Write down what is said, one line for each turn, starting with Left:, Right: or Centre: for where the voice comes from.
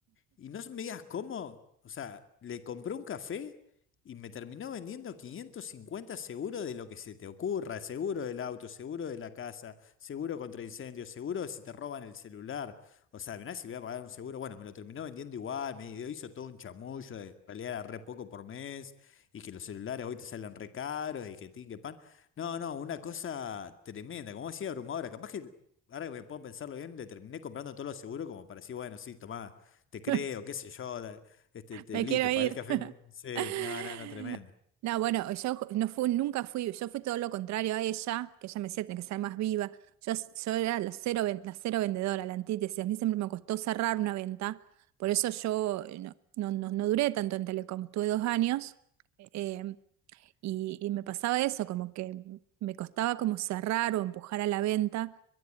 Left: Y no me digas cómo, o sea, le compré un café y me terminó vendiendo 550 seguro de lo que se te ocurra, seguro del auto, seguro de la casa, seguro contra incendios, seguro de si te roban el celular. O sea, mirá, si voy a pagar un seguro, bueno, me lo terminó vendiendo igual, me hizo todo un chamullo de que en realidad era re poco por mes y que los celulares hoy te salen re caros y que tin, que pan. No, no, una cosa tremenda, como decía abrumadora, capaz que... Ahora que me puedo pensarlo bien, le terminé comprando todos los seguros como para decir, bueno, sí, tomá, te creo,
Right: <laughs>
Left: qué sé yo, la- este, te,
Right: me
Left: listo,
Right: quiero ir.
Left: pagué el café.
Right: <laughs>
Left: muy- Sí, no, no, no, tremendo.
Right: No, bueno, yo no fui, nunca fui, yo fui todo lo contrario a ella, que ella me decía, tenés que ser más viva. Yo, s- yo era la cero, ven- la cero vendedora, la antítesis. A mí siempre me costó cerrar una venta, por eso yo eh, no, no, no, no duré tanto en Telecom. Tuve dos años eh, y, y me pasaba eso, como que me costaba como cerrar o empujar a la venta.